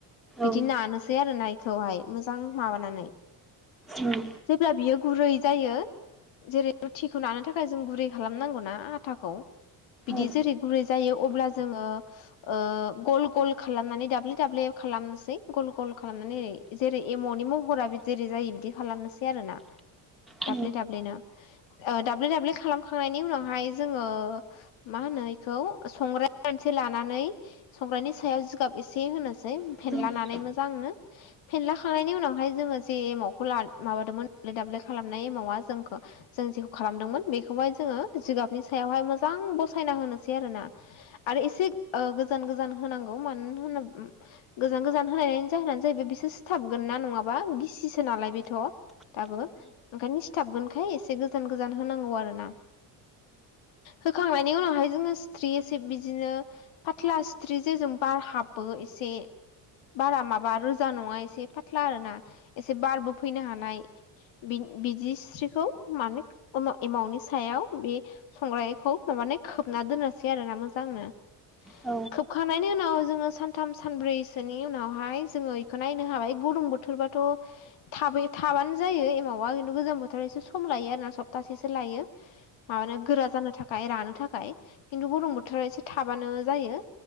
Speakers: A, on the left; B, in the centre.
A: बिदि
B: औ
A: नानोसै आरो नायखौहाय मोजां माबानानै।
B: उम
A: जेब्ला बियो गुरै जायो। जेरै रुटिखौ लानो थाखाय जों गुरै खालामनांगौना आथाखौ। बिदि
B: औ
A: जेरै गुरै जायो अब्ला जोङो ओ गल गल खालामनानै दाब्ले दाब्ले खालामनोसै गल गल खालामनानै ओरै जेरै एमावनि महरा जेरै जायो बिदि खालामनोसै आरो ना,
B: औ
A: दाब्ले दाब्लेनो। ओ दाब्ले दाब्ले खालामखांनायनि उनावहाय जोङो मा होनो बेखौ संग्राय गंसे लानानै संग्रानि सायाव जिगाब एसे होनोसै
B: औ
A: फेनलानानै मोजांनो। फेेनलाखांनायनि उनावहाय जोङो जे एमावखौ माबादोंमोन दाब्ले दाब्ले खालामनाय एमावा जों बेखौ जों जेखौ खालामदोंमोन बेखौहाय जोंङो जिगाबनि सायावहाय मोजां बसायना होनोसै आरो ना। आरो एसे गोजान गोजान होनांगौ मानो होनोबा गोजान गोजान होनायनि जाहोनानो जाहैबाय बिसोर सिथाबगोन ना नङाबा गिसिसो नालाय बेथ' दाबो ओंखायनो। सिथाबगोनखाय एसे गोजान गोजान होनांगौ आरो ना। होखांनायनि उनावहाय जोंङो सिथ्रि एसे बिदिनो फाथ्ला सिथ्रि जेजों बार हाबो एसे बारा माबा रोजा नङा एसे। एसे फाथ्ला आरो ना एसे बारबो फैनो हानाय बिदि सिथ्रिखौ। माने एमावनि सायाव बे। संग्रायखौ माबानो खोबना दोननोसै आरोना मोजांनो।
B: औ
A: खोबखांनायनि उनाव जोंङो सानथाम सानब्रैसोनि उनावहाय जोंङो इखौ नायनांगौ। नो हाबाय गुदुं बोथोरबाथ'। थाब थाबानो जायो एमावा खिन्थु गोजां बोथोराव एसे सम लायो आरोना सप्तासेसो लायो। <inaudible> माबानो गोरा जानो थाखाय रानो थाखाय खिन्थु गरम बोथोराव एसे थाबानो जायो।